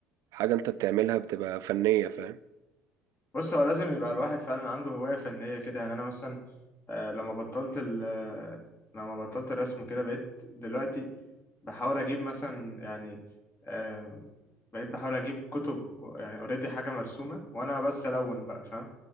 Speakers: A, on the right; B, on the left.
A: حاجة أنت بتعملها بتبقى فنية فاهم
B: بص هو لازم يبقى الواحد فعلا عنده هواية فنية كده يعني أنا مثلا آه، لما بطلت ال آه، لما بطلت الرسم كده بقيت دلوقتي بحاول أجيب مثلا يعني آم، بقيت بحاول أجيب كتب يعني أوريدي حاجة مرسومة وأنا بس ألون بقى فاهم